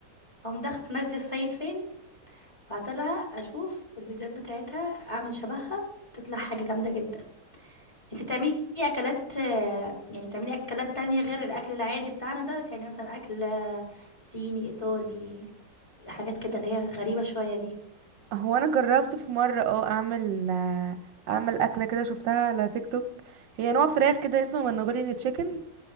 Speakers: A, on the left (about 15°); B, on the right (about 80°).
A: اقوم داخلة نادية السيد فين بعتلها اشوف الفيديوهات بتاعتها اعمل شبهها تطلع حاجة جامدة جدا انت بتعملي اكلات آه، يعني بتعملي اكلات تانية غير الاكل العادي بتاعنا ده يعني مثلا اكل آه، صيني ايطالي حاجات كده اللي هي غريبة شوية دي
B: <laughs> هو انا جربت في مرة اه اعمل آه، اعمل اكلة كده شفتها على تيك توك هي نوع فراخ كده اسمه منغوليان تشيكن